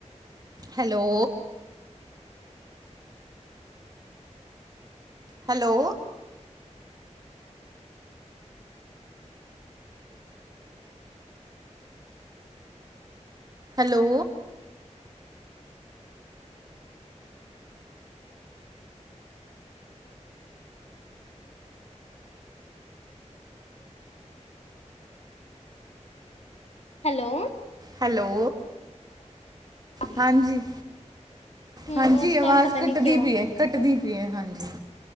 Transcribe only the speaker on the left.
ਹੈਲੋ
ਆਵਾਜ਼
ਹਮ
ਉਸ ਟਾਈਮ
ਪਤਾ
ਨੀ ਕਿਉਂ